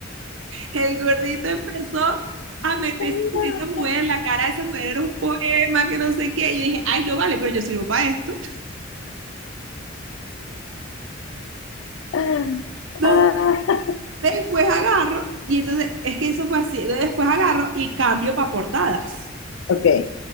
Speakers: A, on the right; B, on the left.
A: el gordito empezó a meterse
B: Está
A: con
B: loca.
A: esa mujer, la cara de esa mujer era un poema, que no sé qué. Y yo dije, ay, no vale, pero yo sirvo para esto. <laughs>
B: Ah,
A: No
B: ah.
A: Después agarro, y entonces es que eso fue así. Entonces, Después agarro y cambio para portadas.
B: Ok.